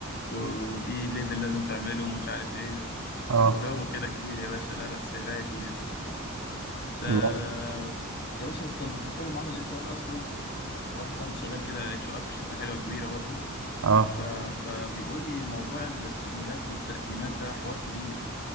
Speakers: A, on the left; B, on the right.
A: و... وفي ليفل لازم تعمله ومش عارف ايه
B: اه
A: وجو كده كبير يا باشا لا لا سهرية كبير تا...
B: الله.
A: يا باشا كنت بتكلم مع واحد اتش ار اصلا واحد صاحبي شغال كده اتش ار في شركة حلوة كبيرة برضو
B: اه
A: ف... فبيقول لي موضوع السيفيهات والتقديمات ده حوار كبير